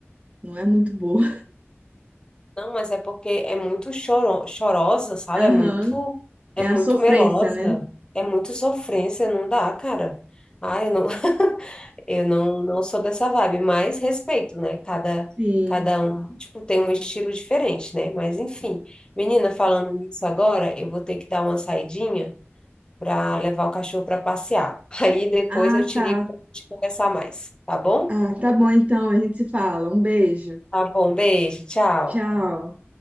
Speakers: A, on the right; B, on the left.
A: não é muito boa.
B: Não, mas é porque é muito choro, chorosa,
A: <laughs>
B: sabe?
A: Aham.
B: É muito, é
A: É a
B: muito
A: sofrência,
B: melosa,
A: né?
B: é muito sofrência, não dá, cara. Ai, eu não, Eu não, não sou dessa vibe, mas respeito, né? Cada,
A: Sim.
B: cada um, tipo, tem um estilo diferente, né? Mas enfim, menina, falando nisso agora, eu vou ter que dar uma saidinha para levar o cachorro para passear. <laughs> Aí depois
A: Ah,
B: eu te
A: tá.
B: ligo para gente conversar mais, tá bom?
A: Ah, tá bom então, a gente se fala. Um beijo.
B: Tá bom, beijo, tchau.
A: Tchau.